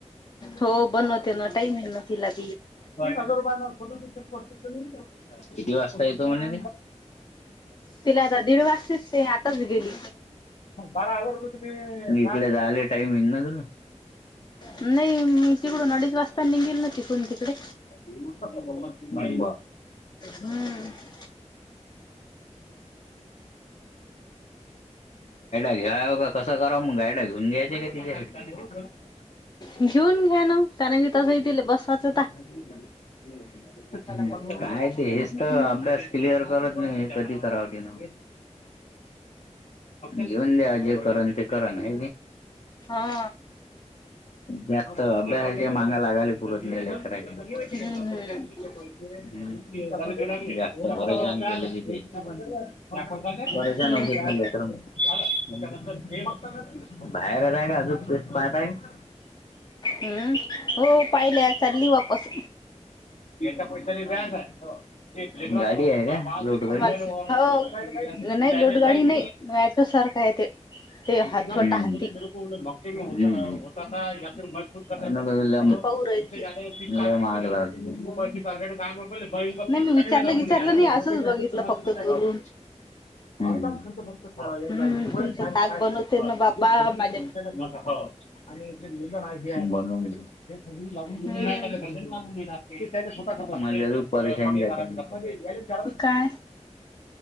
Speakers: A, on the left; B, on the left.
A: हो बनवतेना टाइम ह लागत
B: आगरब शोधून त प्रस्तत किती वाजता येतो म्हणे
A: तिला आता दीड वाजतेच ते आताच गेली
B: ब घेतलेले टाईम येई ना तु
A: नाही म तिकडून अडीच वाजता निघेल न त कोण तिकडे
B: <inaudible> गायडा
A: हम्म
B: घ्या का कसं कराव मग गायडा घेऊन घ्यायच्या क <inaudible>
A: घेऊन घ्या ना कारण की तसही दिलं बसाच
B: काय
A: पण ट्युशनला पण
B: ते
A: पाहिजे.
B: हेच तर अभ्यास क्लिअर करत नाही कधी कराव ना घेऊन द्या जे करन ते क ना
A: हा
B: जास्त अभ्यासाची मगा लागाली पुरत गती
A: हम्म
B: ह
A: हम्म
B: जास्त ब ांले तथ
A: हो.
B: परेशान होती तर
A: हम्म
B: म बाहेर आताय का अजूनस् पाहताय
A: हम्म हो पाहिले चालली
B: अ
A: वापस
B: पैरी व्याच आहे गाडी आहे काो गाडी
A: तुम्हाला हो
B: नाही
A: लोटगाडी नाही ऑटो सारखं आहे ते. ते
B: ज
A: हा छोटा हाती
B: मौके होता मजूत कर
A: पौरयती
B: म मागला बा
A: नाही मी विचारलं विचारलं नाही असंच
B: बा
A: बघितलं फक्त दुरून.
B: खक्त ख
A: हम्म तुमचं
B: खय
A: ताक बनवते ना बाबा
B: का
A: माझ्या
B: आणि जे ललं आहे खर् लाून
A: हम्म
B: खर् लाूनणार स्वतः अज परशनी चला
A: काय?